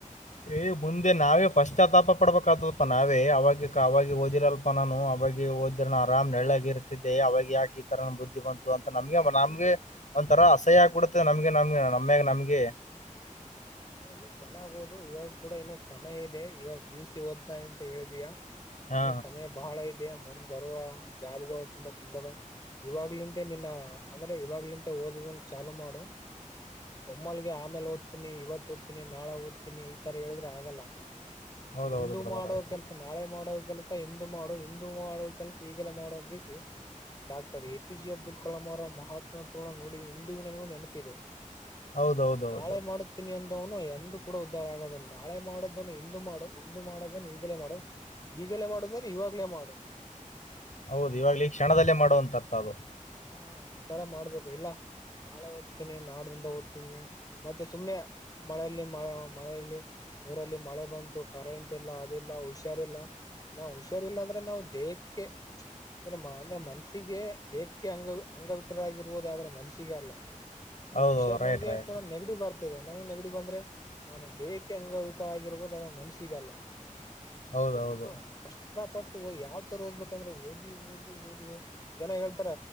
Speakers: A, on the left (about 65°); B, on the left (about 25°).
A: ಏ ಮುಂದೆ ನಾವೇ ಫಸ್ಟ್ ಆತಾಪ ಪಡ್ಬೇಕಾಗ್ತದಪ್ಪ ನಾವೇ ಅವಾಗ ಅವಾಗ ಓದಿರಲ್ನಾನು ಅವ ಗೆ ಓದ ಆರಾಮ್ ನಳ್ಳಗ ಇರ್ತಿದ್ದೆ ಅವಾಗ ಯಾಕೆ ಈ ತರ ಬುದ್ಧಿ ಬಂತು ಅಂತ ನಮಗೆ ನಮ್ಗೆ ಒಂಥರ ಅಸಹ್ಯ ಆಗಿಬಿಡುತ್ತೆ ನಮ್ಗೆ ನಮ್ಗೆ ನಮ್ಯಾಗ ನಮ್ಗೆ
B: ಏನಲ್ಲಿ ಚೆನ್ನಾಗಹುದು ಇವಾಗ ಕೂಡ ಇನ್ನೊಂದು ಸಮಯ ಇದೆ ಇವಾಗ ಪಿಯ ಯು ಓದ್ತಾ ಅಂತ ಹೇಳಿದಯಾ
A: ಹಾ
B: ಇನ್ನು ಸಮಯ ಬಹಳ ಮುಂದ್ ಬರುವ ಜಾಬ್ಗಳು ತುಂಬಾ ತುಂಬ ಇವಾಗ್ಲಿಂದ ನಿನ್ನ ಅಂದ್ರೆ ಇವಾಗ್ಲ ಓದದ ಚಾಲು ಮಾಡು ಒಮ್ಮಲ್ಗೆ ಆಮೇಲೆ ಓದ್ತೀನಿ ಇವತ್ತು ಓದ್ತನಿ ನಾಳೆ ಓದ್ತೀನಿ ಈ ತರ ಹೇಳಿದ್ರೆ ಆಗಲ್ಲ
A: ಹೌದೌದು
B: ಇಂದು
A: ಬ್ರದರ್
B: ಮಾಡೋ
A: ಹೌದು
B: ಕೆಲ್ಸ ನಾಳೆ ಮಾಡೋ ಕೆಲ್ಸ ಎ ಮಾಡು ಹಿಂದ ಮಾಡುವ ಕೆಲಸ ಈಗಲ್ಲ ಮಾಡೋದ್ಗೆಸಿ doctor A P J Abdul Kalam ಅವರ ಮಹಾತ್ಮ <unintelligible> ನೆನಪಿದೆ
A: ಹೌದೌದೌದು
B: ನಾಳೆ ಮಾಡುತ್ತೀನಿ ಅಂದವನು ಎಂದು ಕೂಡ ಉದ್ಧಾರ ಆಗೋದಿಲ್ಲ. ನಾಳೆ ಮಾಡೋದನ್ನು ಇಂದು ಮಾಡು ಎಂದು ಮಾಡದನ್ನು ಈಗಲೇ ಮಾಡು ಈಗಲೇ ಮಾಡೋದನ್ನ ಇವಾಗ್ಲೇ ಮಾಡು
A: ಹೌದು ಇವಾಗ ಈ ಕ್ಷಣದಲ್ಲೇ ಮಾಡು ಅಂತ ಅರ್ಥ ಅದು
B: ಹಾ ಈ ತರ ಮಾಡ್ಬೇಕು ಇಲ್ಲ ನಾಳೆ ಓದ್ತೀನಿ ನಾಡ ದಿಂದ ಓದ್ತಿದೀನಿ ಮತ್ತೆ ಸುಮ್ನೆ ಮಳೆಯಲ್ಲಿ ಮಳೆ ಮಳೆಯಲ್ಲಿ ಊರಲ್ಲಿ ಮಳೆ ಬಂತು ಕರೆಂಟ್ ಇಲ್ಲ ಅದಿಲ್ಲ ಹುಷಾರಿಲ್ಲ ನಾವ್ ಹುಷಾರಿಲ್ಲಾ ಅಂದ್ರೆ ನಾವು ದೇಹಕ್ಕೆ ಅಂದ್ರೆ <unintelligible> ಮನಸ್ಸಿಗೆ <inaudible> ಅಂಗ ಅಂಗವಿಕ್ರ ಆಗರುವುದು ಆದ್ರೆ ಮನಸಿಗೆ ಅಲ್ಲ ಈ
A: ಹೌದೌದು
B: ಹುಷಾರಾರ್
A: ರೈಟ್
B: ನನಗೆ
A: ರೈಟ್
B: ಕೂಡ ನೆಗಟಿವ್ ಬರ್ತದೆ <unintelligible> ನನಗೂ ನೆಗಡಿ ಬಂದ್ರೆ ನಾನು ದೇಹಕ್ಕೆ ಅಂಗವಿಕಲ ಆಗಿರಬಹುದು. ಮನಸಿಗಲ್ಲ
A: ಹೌದೌದು
B: ಎಷ್ಟೂ ಕಷ್ಟ ಕಷ್ಟಪಟ್ಟುಓದಿ ಯಾವ್ ತರ ಓದ್ಬೇಕಂದ್ರೆ ಓದಿ ಓದಿ ಓದಿ ಓದಿ ಜನ ಹೇಳ್ತಾರ